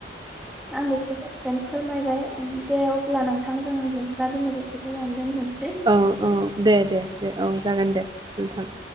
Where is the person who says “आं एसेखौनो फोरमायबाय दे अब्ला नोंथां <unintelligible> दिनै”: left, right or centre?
Centre